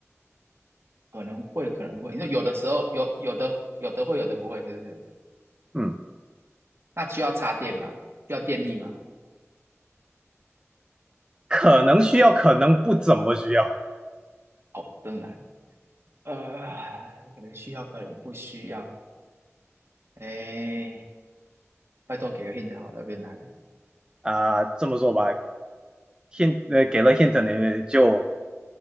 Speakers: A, on the right; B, on the right.
A: 可能会，可能会。你说有的时候有，有的有的会，有的不会，是不是？
B: 嗯，
A: 那需要插电吗？需要电力吗？
B: 可能需要，可能不怎么需要
A: 哦，这么难。呃，可能需要，可能不需要。哎，拜托给个 hint 好了，有点难欸。
B: 啊、这么说吧，hint 呃给了 hint 你就